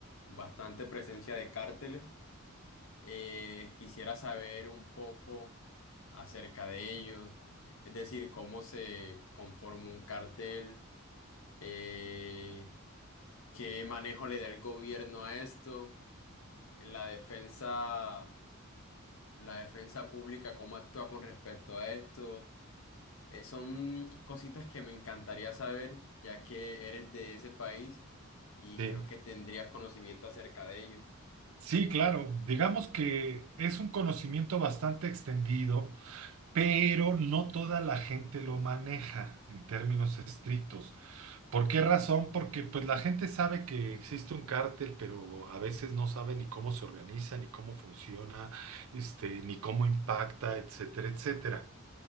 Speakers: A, on the left; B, on the right.
A: bastante presencia de cárteles, eh, quisiera saber un poco acerca de ellos, es decir, cómo se conforma un cártel, eh, qué manejo le da el gobierno a esto, la defensa, la defensa pública, cómo actúa con respecto a esto Eh, son cositas que me encantaría saber, ya que eres de ese país y
B: Sí,
A: creo que tendrías conocimiento acerca de ello.
B: Sí, claro, digamos que es un conocimiento bastante extendido, pero no toda la gente lo maneja en términos estrictos. ¿Por qué razón? Porque pues la gente sabe que existe un cártel, pero a veces no sabe ni cómo se organiza, ni cómo funciona, este, ni cómo impacta, etcétera, etcétera.